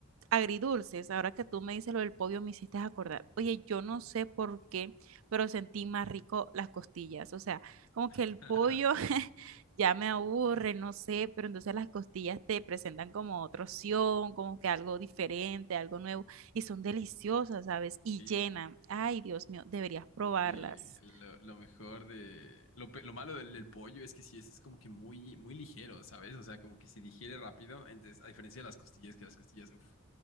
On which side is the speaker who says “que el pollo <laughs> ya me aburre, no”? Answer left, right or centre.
Right